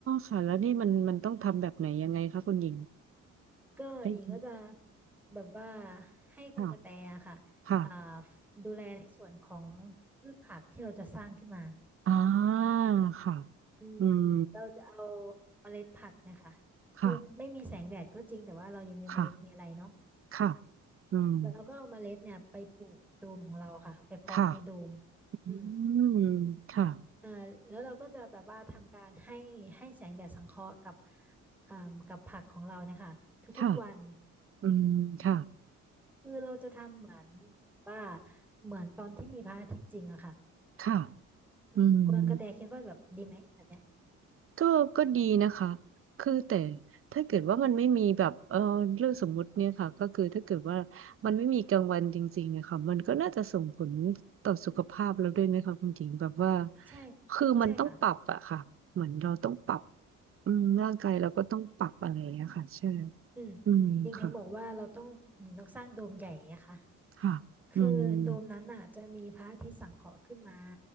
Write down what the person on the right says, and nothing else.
ค่ะแล้วนี่มันมันต้องทำแบบไหนยังไงคะคุณหญิง
ไปดู
ค่ะค่ะ
อ่าค่ะ
อืม
ค่ะค่ะค่ะอืม
ค่ะ
อืมค่ะ
ค่ะอืมค่ะ
ค่ะ
อืม ก็ก็ดีนะคะคือแต่ถ้าเกิดว่ามันไม่มีแบบเออเรื่องสมมุติเนี่ยค่ะก็คือถ้าเกิดว่ามันไม่มีกลางวันจริงๆอะค่ะมันก็น่าจะส่งผลต่อสุขภาพเราด้วยไหมคะคุณหญิงแบบว่า
คือมันต้องปรับอะค่ะเหมือนเราต้องปรับ
อืมร่างกายเราก็ต้องปรับอะไรอะี้ยค่ะใช่
อืมค่ะ
ค่ะอืม